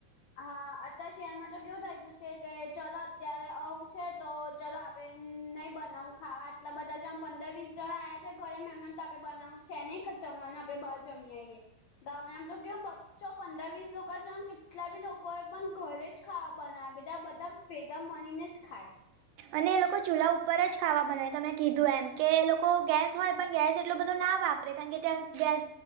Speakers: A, on the left (about 75°); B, on the right (about 90°).
A: હા અત્યારે શહેરમાં તો કેવું થઈ ગયું છે કે કે ચાલ અત્યારે આવું છે તો ચાલ આપ આપ નહી બનાવું ખાવા આટલા બધા જણ પંદર વીસ જણા આયા છે ઘરે મહેમાન તો આપણે બનાવું છે ને <unintelligible> આપણે બાર જમી આયે ગામડામાં જો કેવુ બચો પંદર વીસ લોકો ચાન કોઈ પન ઘરે જ ખાવા બનાવે બેટા બધા ભેગા મળીને જ ખાય
B: અને એ લોકો ચૂલા ઉપર જ ખાવા બનાવે તમે કીધું એમ કે એ લોકો ગેસ હોય પણ ગેસ એટલો બધો ના વાપ રે કારણ ત્યાં ગેસ